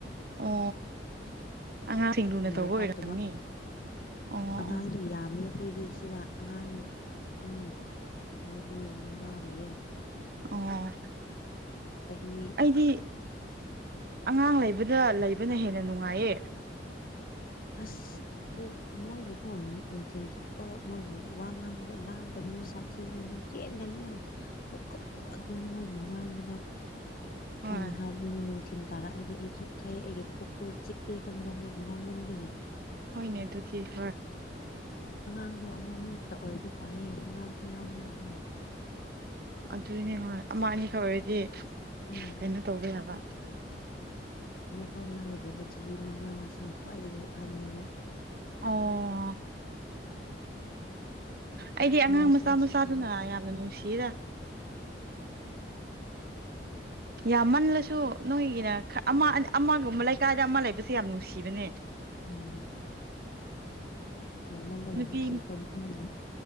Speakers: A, on the right; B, on the left.
A: ꯑꯣ ꯑꯉꯥꯡꯁꯤꯡ ꯂꯨꯅ
B: ꯃꯣꯔꯣꯛ
A: ꯇꯧꯕ ꯑꯣꯏꯔꯝꯅꯤ
B: ꯍꯥꯞꯇꯕ
A: ꯑꯣ
B: ꯑꯉꯥꯡꯗꯤ
A: ꯑꯣ
B: ꯌꯥꯝꯃꯦ ꯑꯈꯣꯏꯗꯤ ꯁꯤꯗ ꯑꯉꯥꯡ ꯑꯍꯨꯝ ꯃꯔꯤ ꯃꯉꯥ ꯂꯩꯌꯦ
A: ꯑꯣ
B: ꯆꯍꯤ
A: ꯑꯩꯗꯤ ꯑꯉꯥꯡ ꯂꯩꯕꯗ ꯂꯩꯕꯅ ꯍꯦꯟꯅ ꯅꯨꯡꯉꯥꯏꯌꯦ
B: ꯑꯁ ꯀꯣꯛ ꯃꯣꯏꯕꯨꯀꯣ ꯅꯨꯃꯤꯠ ꯅꯨꯡꯊꯤꯟ ꯆꯨꯞꯄ ꯃꯣꯏꯕꯨ ꯋꯥ ꯉꯥꯡꯕꯗ ꯂꯥꯡ ꯀꯅꯨ ꯁꯥꯊꯤꯒꯅꯨ ꯆꯦꯟꯒꯅꯨ ꯊꯣꯛꯀꯅꯨ ꯑꯗꯨꯝ ꯃꯣꯏꯕꯨ ꯉꯥꯡꯕꯗ
A: ꯍꯣꯏ
B: ꯑꯩꯅ ꯍꯥꯏꯕꯗꯨꯅꯤ ꯅꯨ ꯊꯤꯟ ꯇꯥꯔꯦꯑꯦꯗꯤ ꯑꯩ ꯆꯣꯛꯊꯩ ꯑꯩꯒꯤ ꯀꯣꯛꯇꯣ ꯆꯤꯛꯑꯦ ꯈꯪꯕ ꯃꯣꯏꯕꯨ ꯉꯥꯡꯃꯟꯕꯒꯤ
A: ꯍꯣꯏꯅꯦ ꯑꯗꯨ ꯗꯤ ꯍꯣꯏ
B: ꯑꯉꯥꯡꯗꯣ ꯑꯃ ꯑꯅꯤ ꯈꯛꯇ ꯑꯣꯏꯔꯗꯤ ꯐꯩꯌꯦ ꯑꯉꯥꯡ ꯈꯨꯌꯥꯝꯗꯨꯒ ꯀꯣ
A: ꯑꯗꯨꯅꯦ ꯍꯣꯏ ꯑꯃ ꯑꯅꯤꯈꯛ ꯑꯣꯏꯔꯗꯤ
B: ꯎꯝ
A: ꯀꯩꯅꯣ ꯇꯧꯕ ꯌꯥꯕ
B: ꯐꯥꯎ ꯌꯥꯎꯗ꯭ꯔꯤꯕ ꯆꯍꯤ ꯃꯉꯥꯁꯤꯅ ꯈ꯭ꯋꯥꯏꯗꯒꯤ ꯑꯍꯟꯅꯦꯕ
A: ꯑꯣ ꯑꯩꯗꯤ
B: ꯁ꯭ꯃꯣꯜ
A: ꯑꯉꯥꯡ ꯃꯆꯥ
B: ꯁꯥꯏꯖ
A: ꯃꯆꯥꯗꯨꯅ
B: ꯈꯛꯇꯅꯦ
A: ꯌꯥꯝꯅ ꯅꯨꯡꯁꯤꯌꯦꯗ ꯌꯥꯝꯃꯜꯂꯁꯨ ꯅꯣꯏꯒꯤꯅ ꯑꯃ ꯑꯃꯒꯨꯝꯕ ꯂꯩꯀꯥꯏꯗ ꯑꯃ ꯂꯩꯕꯁꯦ ꯌꯥꯝ ꯅꯨꯡꯁꯤꯕꯅꯦ
B: ꯎꯝ ꯌꯥꯝꯃꯜꯂꯒ
A: ꯅꯨꯄꯤ
B: ꯅꯨꯡꯁꯤꯐꯝ ꯈꯪꯗ꯭ꯔꯦ